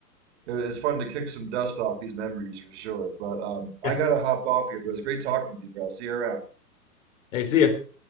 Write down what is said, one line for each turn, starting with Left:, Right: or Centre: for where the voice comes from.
Right: it was fun to kick some dust off these memories for sure. But um
Left: Yeah.
Right: I gotta hop off here, but it was great talking with you, bro. I'll see you around.
Left: hey, see ya.